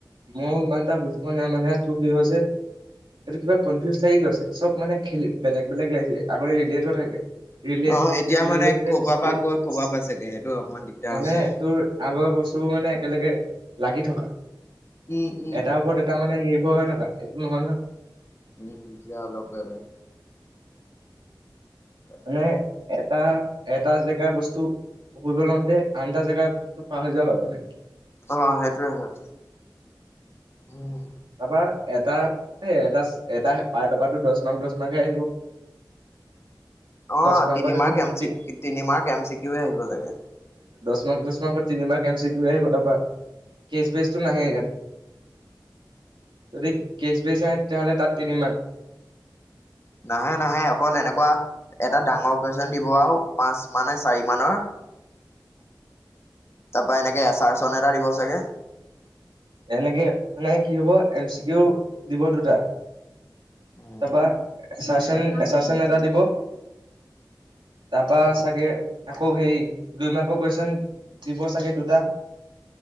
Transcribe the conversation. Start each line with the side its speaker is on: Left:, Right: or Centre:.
Right: মইয়ো ইমান এটা বুজি পোৱা নাই। মানে তোৰ কি হৈছে এইটো কিবা কনফিউজ লাগি গৈছে চব মানে খেলি বেলেগ বেলেগ লাগিছে আগতে ৰিলেথোৱা থাকে। ৰিলে্ট
Left: অ', এতিয়া
Right: ৰিলেটেক্স
Left: মানে ক'ৰবাৰ পৰা গৈ ক'ৰবাৰ পাইছেগে সেইটো অকমান দিগদাৰ
Right: মানে
Left: হৈছে।
Right: তোৰ আগৰ বস্তুবোৰ মানে একেলগে লাগি থকা।
Left: উম, উম,
Right: এটাৰ ওপৰত এটা মানে নিৰ্ভৰ হৈ থকা, এইটো নহয় নহয়।
Left: উম এতিয়া অলপ বেলেগ। তাকে
Right: মানে এট এটা, এটা জেগাৰ বস্তু ফুৰিব লওঁতে আনটা জেগা পাহ হৈ যোৱা হয় মানে।
Left: অ' সেইটোৱে হয়। উম।
Right: ভাবা এটা, এই এটাচ্ এটা পাটৰ পাৰা টো দহ মাৰ্ক, দহ মাৰ্ক হে আহিব। <inaudible>
Left: অ'
Right: দহ মাৰ্কত
Left: তিনিমাহ
Right: দেখোন
Left: গেম,
Right: তি-
Left: চিক্ তিনিমাহ গেম চিক্ কেহে আহিব লাগে।
Right: ন, দশ মাহৰ আগত তিনিমাহ গেম্ চিকটোহে আহিব তাৰপাৰা কেচ্ বেকটো নাহে ইয়াত। যদি কেচ্ বেক আহে তেতিয়াহ'লে তাত তিনিমাহ।
Left: নাহে নাহে অকল এনেকুৱাঁ এটা ডাঙৰ কুৱেশন দিব আৰু পাঁচ মানে চাৰি মানৰ তাপা এনেকে এচাৰ চন এটা দিব চাগে।
Right: এনেকে মানে কি হব এম চি কিও দিব দুটা
Left: উম
Right: তাপা এছাশন, এছাশন এটা দিব তাপা
Left: উম
Right: চাগে আকৌ হেৰি, দুই মাৰ্কৰ কুৱেশন দিব চাগে দুটা